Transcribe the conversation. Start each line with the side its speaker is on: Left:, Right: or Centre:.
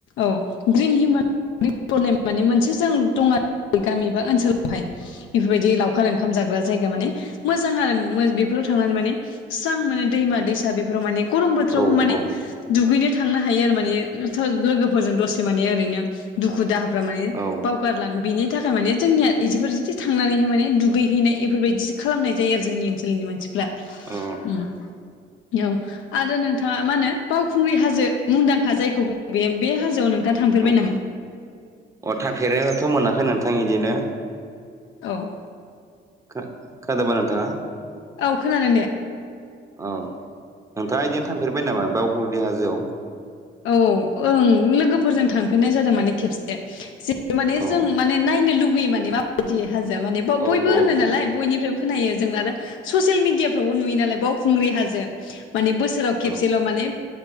Left: औ ग्रिन हिमा <unintelligible> हिमालय माने मोनसे जों दं आरो गामि एबा ओनसोलाव बेफोरबायदि लावखार ओंखाम जाग्रा जायगा माने मोजां आरो बेफोराव थांनानै माने स्रां मोनो दैमा दैसा बेफोराव माने गरम बोथोरावबो
Right: औ
Left: माने
Right: औ
Left: दुगैनो थांनो हायो आरो माने लोगोफोरजों दसे माने ओरैनो दुखु दाहाफ्रा माने
Right: औ
Left: बावगारलाङो बेनि थाखाय माने जोंनिया इदिफोर एसे थांनानैहाय माने दुगैहैनाय बेफोरबायदिसो खालामनाय जायो आरो जोंनि ओनसोलनि मानसिफ्रा
Right: अ
Left: <inaudible> ओम औ आरो नोंथाङा मा होनो बावखुंग्रि हाजो मुंदांखा जायखौ बुं बेयो बे हाजोआव नों नोंथाङा थांफेरबाय
Right: औ
Left: नामा?
Right: अ थाफेर न' थ' मोनाखै नोंथां इदिनो
Left: औ
Right: खो खोनादोबा नोथाङा
Left: अ खोनादों दे
Right: अ नोंथाङा इदिनो थांफेरबाय नामा बावखुंग्रि हाजोआव
Left: औ ओं लोगोफोरजों थांफेरनाय जादों माने खेबसे जे माने
Right: औ
Left: जों माने नायनो लुगैयो माने माबायदि हाजोआ माने ब
Right: औ
Left: बयबो
Right: औ
Left: होनो नालाय
Right: औ
Left: बयनिफ्रायबो खोनायो जों आरो ससियेल मिडियाफ्रावबो नुयो नालाय बावखुंग्रि हाजो माने बोसोराव खेबसेल'
Right: औ
Left: माने